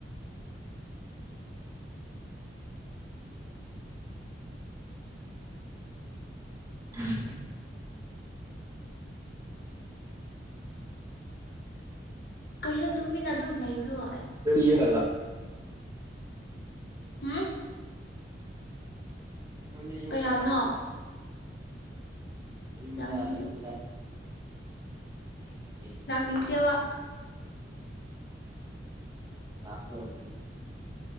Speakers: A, on the right; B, on the left.
A: ꯎꯝ
B: ꯀꯩꯅꯣ ꯇꯨꯃꯤꯟꯅ ꯑꯗꯨꯝ ꯂꯩꯕꯗꯣ
A: <unintelligible>
B: ꯍꯨꯝ
A: ꯅꯣꯏꯗꯤ ꯌꯨꯝꯒ
B: ꯀꯩ ꯍꯥꯏꯕꯅꯣ
A: <unintelligible> ꯌꯨꯝꯗ
B: ꯂꯥꯡꯅꯤꯡꯗꯦ
A: ꯌꯨꯝꯗ <unintelligible>
B: ꯂꯥꯡꯅꯤꯡꯗꯦꯕ
A: <unintelligible>